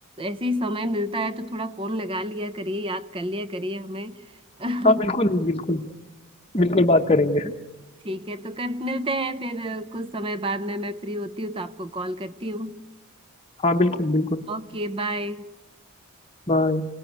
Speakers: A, on the right; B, on the left.
A: ऐसे ही समय मिलता है तो थोड़ा फोन लगा लिया करिए याद कर लिया करिए हमें <laughs>
B: हाँ बिल्कुल बिल्कुल बिल्कुल बात करेंगे
A: ठीक है तो कर मिलते हैं फिर कुछ समय बाद में मैं फ्री होती हूँ तो आपको कॉल करती हूँ
B: हाँ बिल्कुल बिल्कुल
A: Okay bye
B: बाय